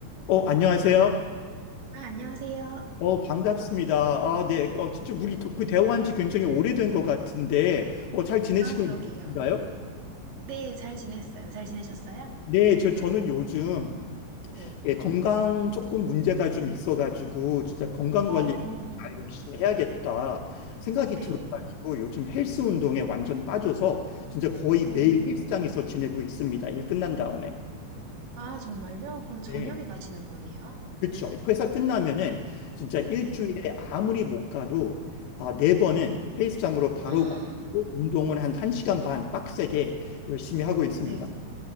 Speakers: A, on the left; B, on the right.
A: 어, 안녕하세요.
B: 아, 안녕하세요.
A: 어, 반갑습니다. 아, 네. 어, 진짜 우리 도- 그 대화한 지 굉장히 오래된 것 같은데, 어, 잘 지내시고
B: 아, 그러게요.
A: 있으신가요?
B: 네. 네, 잘 지냈어요. 잘 지내셨어요?
A: 네, 저, 저는 요즘
B: 네.
A: 예, 건강 조금 문제가 좀 있어가지고, 진짜 건강
B: 어,
A: 관리 잘 열심히 해야겠다 생각이
B: 네.
A: 들어가지고, 요즘 헬스 운동에 완전 빠져서, 진짜 거의 매일
B: 어,
A: 헬스장에서 지내고 있습니다. 일 끝난 다음에.
B: 아, 정말요? 그럼 저녁에
A: 네.
B: 가시는 거네요?
A: 그렇죠. 회사 끝나면은 진짜 일주일에
B: 네.
A: 아무리 못 가도 아, 네 번은 헬스장으로 바로
B: <gasps> 아,
A: 가고 운동은 한 1시간 반 빡세게 열심히 하고 있습니다.
B: 네.